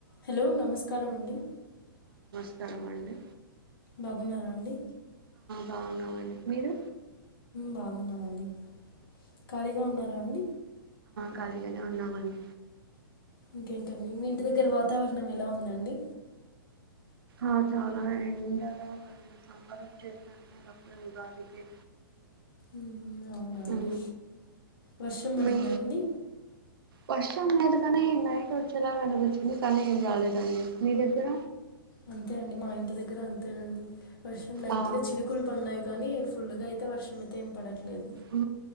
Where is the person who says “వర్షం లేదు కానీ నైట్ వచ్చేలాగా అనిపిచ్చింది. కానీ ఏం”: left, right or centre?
Right